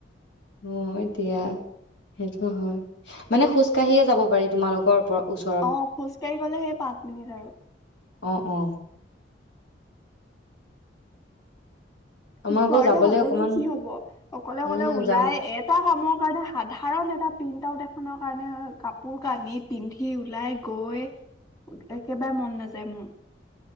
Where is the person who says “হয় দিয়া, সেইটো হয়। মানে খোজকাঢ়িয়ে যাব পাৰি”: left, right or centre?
Left